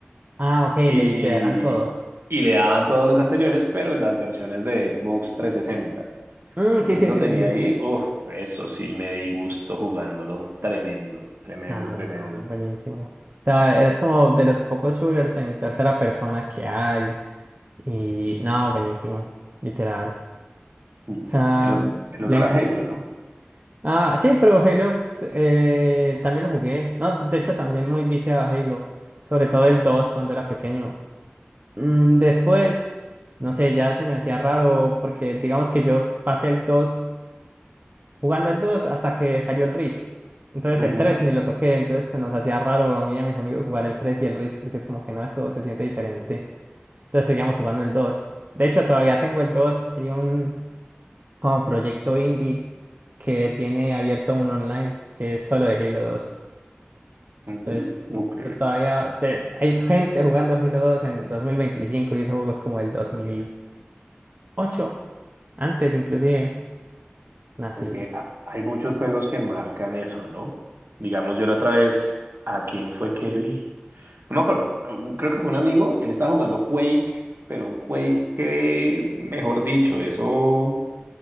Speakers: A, on the right; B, on the right.
A: Ah, ok,
B: y,
A: le te dan todo.
B: y le daban todos los anteriores, pero en las versiones de Xbox trescientos sesenta
A: Mm,
B: Entonces
A: sí, sí,
B: lo
A: sí,
B: tenía
A: sí, sí.
B: ahí, uff, eso sí me di gusto jugándolo, tremendo, tremendo,
A: No,
B: tremendo.
A: no, no, buenísimo. O sea, es como de los pocos shooters en tercera persona que hay. Y no, buenísimo, literal.
B: Mm.
A: O sea,
B: El otro, el
A: le-
B: otro era
A: le-
B: Halo, ¿no?
A: ah, sí, pero Halo eh, también lo jugué. No, de hecho, también muy viciado a Halo, sobre todo el 2 cuando era pequeño. Mm, después, no sé, ya se me hacía raro porque digamos que yo pasé el 2 jugando el 2 hasta que salió el Reach. Entonces
B: Ujú,
A: el 3 ni lo toqué, entonces se nos hacía raro a mí y a mis amigos jugar el 3 y el Reach porque es como que no, esto se siente diferente. Entonces seguíamos jugando el dos De hecho, todavía tengo el dos Hay un como proyecto indie que tiene abierto un online que es solo de Halo dos
B: ujú,
A: Entonces
B: Ok.
A: yo todavía te- hay gente jugando Halo dos en 2025 y ese juego es como el dos mil ocho Antes inclusive. Así.
B: Es que ha- hay muchos juegos que marcan eso, ¿no? Digamos, yo la otra vez, ¿a quién fue que vi? No me acuerdo, uh, creo que fue un amigo, él estaba jugando Quake, pero un Quake que, mejor dicho, eso